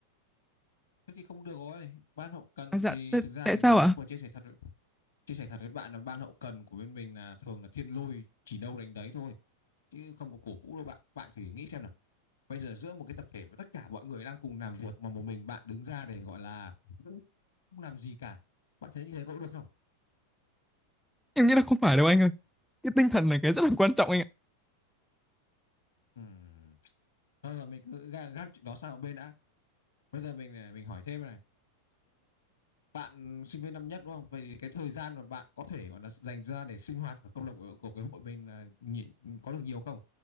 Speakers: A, on the left; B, in the centre.
A: Thế thì không được rồi. Ban hậu cần
B: à, dạ
A: thì
B: t-
A: thực ra
B: tại
A: thì
B: sao
A: mình
B: ạ
A: vừa chia sẻ thật với- chia sẻ thật với bạn là ban hậu cần của bên mình là thường là thiên lôi chỉ đâu đánh đấy thôi chứ không có cổ vũ đâu bạn. Bạn thử nghĩ xem nào. Bây giờ giữa một cái tập thể và tất cả mọi người đang cùng làm việc mà một mình bạn đứng ra để gọi là cổ vũ, không làm gì cả. Bạn thấy như thế có được không?
B: em nghĩ là không phải đâu anh ơi cái tinh thần là cái rất là quan trọng anh ạ
A: Ừm. Thôi rồi mình cứ gác, gác chuyện đó sang một bên đã. Bây giờ mình à, mình hỏi thêm này bạn sinh viên năm nhất đúng không? Vậy thì cái thời gian mà bạn có thể gọi là dành ra để sinh hoạt ở câu lạc bộ của cái hội mình là nhị- có được nhiều không?